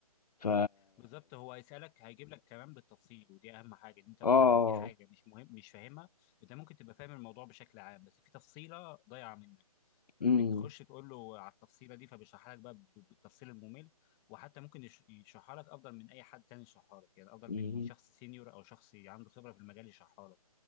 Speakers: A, on the left; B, on the left.
A: ف
B: بالظبط هو هيسألك هيجيب لك كمان بالتفصيل ودي أهم حاجة إن أنت
A: اه
B: مثلا لو في حاجة مش مهم مش فاهمها أنت ممكن تبقى فاهم الموضوع بشكل عام بس في تفصيلة ضايعة منك فبتخش
A: امم
B: تقول له على التفصيلة دي فبيشرحها لك بقى ب- بالتفصيل الممل وحتى ممكن يش- يشرحها لك أفضل من أي حد تاني يشرحها لك يعني أفضل
A: أمم.
B: من شخص سينيور أو شخص عنده خبرة في المجال يشرحها لك